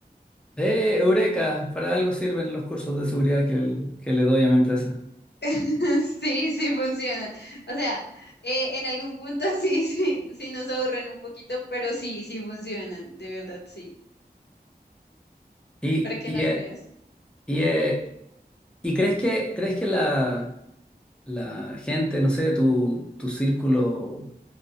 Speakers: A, in the centre; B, on the left.
A: Eh, Eureka, para algo sirven los cursos de seguridad que, el- que le doy a mi empresa.
B: <laughs> Sí, sí funcionan. O sea, eh, en algún punto <laughs> sí, sí, sí nos aburren un poquito, pero sí, sí funcionan, de verdad, sí.
A: Y,
B: Para que
A: y,
B: no
A: eh,
B: creas.
A: y, eh, ¿y crees que, crees que la, la gente, no sé, tu, tu círculo